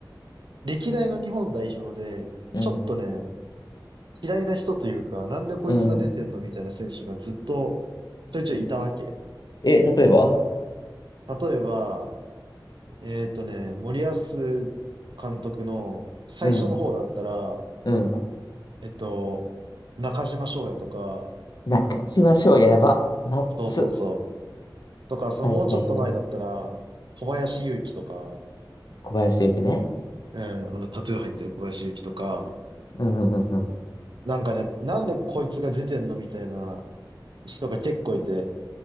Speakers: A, on the right (about 70°); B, on the left (about 55°).
A: 歴代の日本代表で、
B: うん。
A: ちょっとね、嫌いな人というか、なんでこいつが出てんのみたいな選手がずっと
B: うん。
A: ちょいちょいいたわけ。
B: え、例えば
A: 例えば、えっとね、森保監督の最初の方だったら、
B: うん。うん。
A: えっと、中島翔也とか、
B: 中島翔也やば。ナッツ。
A: そうそうそう。とか、そのもうちょっと前だったら、
B: はいはいはい。
A: 小林祐希とか、
B: 小林幸ね。
A: うん、あの、タトゥー入ってる小林祐希とか、
B: うんうんうんうん。
A: なんかね、なんでこいつが出てんのみたいな人が結構いて、